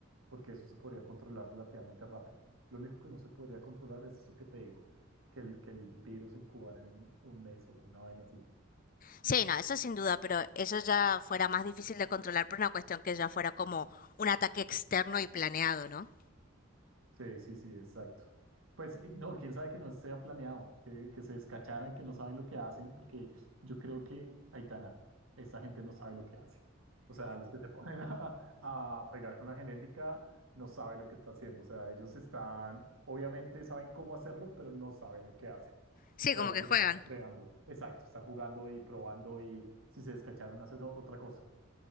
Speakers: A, on the right; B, on the left.
A: porque eso se podría controlar relativamente rápido. Lo único que no se podría controlar es eso que te digo, que el, que el virus incubara en un mes o una vaina así.
B: Sí, no, eso sin duda, pero eso ya fuera más difícil de controlar por una cuestión que ya fuera como un ataque externo y planeado, ¿no?
A: Sí, sí, sí, exacto. Pues y no, quién sabe que no sea planeado, que, que se descacharan, que no saben lo que hacen, porque yo creo que, Aitana, esta gente no sabe lo que hace. O sea, los que se <laughs> ponen a, a fregar con la genética no saben lo que está haciendo. O sea, ellos están, obviamente saben cómo hacerlo, pero no saben lo que hacen.
B: Sí,
A: O sea,
B: como
A: ellos
B: que
A: están
B: juegan.
A: entregando. Exacto, están jugando y probando y si se descacharon, hacen otra cosa.